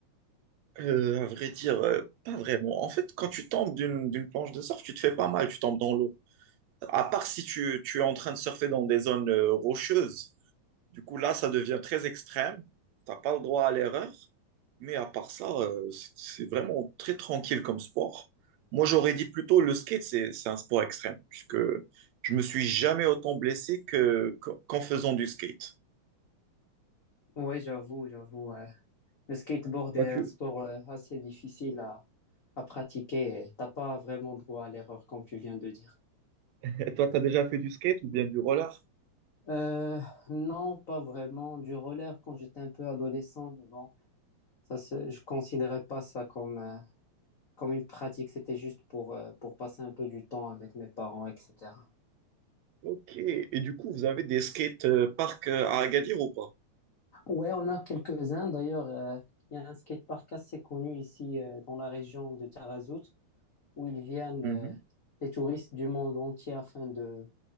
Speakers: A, on the right; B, on the left.
A: Euh, à vrai dire, euh, pas vraiment. En fait, quand tu tombes d'une d'une planche de surf, tu te fais pas mal, tu tombes dans l'eau. À part si tu, tu es en train de surfer dans des zones euh, rocheuses. Du coup, là, ça devient très extrême. T'as pas le droit à l'erreur. Mais à part ça, euh, c'est c'est vraiment très tranquille comme sport. Moi, j'aurais dit plutôt le skate, c'est c'est un sport extrême, puisque je me suis jamais autant blessé que, qu'en faisant du skate.
B: Ouais, j'avoue, j'avoue. ouais. Le skateboard
A: Toi,
B: est
A: tu
B: un sport euh, assez difficile à, à pratiquer et t'as pas vraiment droit à l'erreur comme tu viens de dire.
A: <laughs> toi, t'as déjà fait du skate ou bien du roller?
B: Euh, non, pas vraiment. Du roller quand j'étais un peu adolescent, mais bon, ça, c'est- je considérais pas ça comme, euh, comme une pratique. C'était juste pour, euh, pour passer un peu du temps avec mes parents, etc.
A: Ok. Et du coup, vous avez des skate euh, parks euh, à Agadir ou pas?
B: Ouais, on a quelques-uns. D'ailleurs, euh, il y a un skatepark assez connu ici euh, dans la région de Tarazout où ils viennent
A: Mhm.
B: euh, des touristes du monde entier afin de